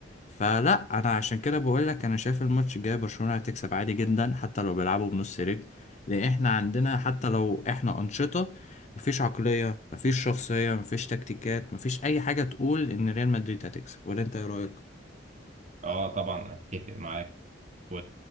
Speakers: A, on the left; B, on the right.
A: فلا انا عشان كده بقول لك انا شايف الماتش الجاي برشلونة هتكسب عادي جدا حتى لو بيلعبوا بنص رجل لان احنا عندنا حتى لو احنا انشطة مفيش عقلية مفيش شخصية مفيش تكتيكات مفيش اي حاجة تقول ان ريال مدريد هتكسب ولا انت ايه رأيك
B: اه طبعا اتفق معاك و...